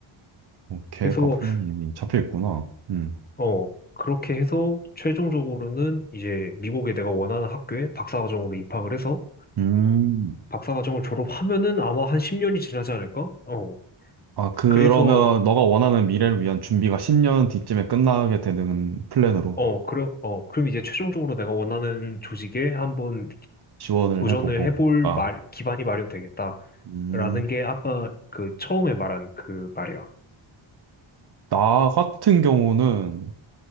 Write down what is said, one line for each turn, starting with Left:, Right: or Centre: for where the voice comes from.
Right: 어, 계획과
Left: 그래서,
Right: 플랜이 이미 잡혀 있구나. 음.
Left: 어, 그렇게 해서 최종적으로는 이제 미국에 내가 원하는 학교에 박사과정으로 입학을 해서
Right: 음.
Left: 박사과정을 졸업하면은 아마 한 10년이 지나지 않을까? 어.
Right: 아, 그러면
Left: 그래서
Right: 너가 원하는 미래를 위한 준비가 10년 뒤쯤에 끝나게 되는 플랜으로
Left: 어, 그럼, 어, 그럼 이제 최종적으로 내가 원하는 조직에 한번
Right: 지원을
Left: 도전을
Right: 해보고.
Left: 해볼
Right: 아.
Left: 말, 기반이 마련되겠다.
Right: 음.
Left: 라는 게 아까 그 처음에 말한 그 말이야.
Right: 나 같은 경우는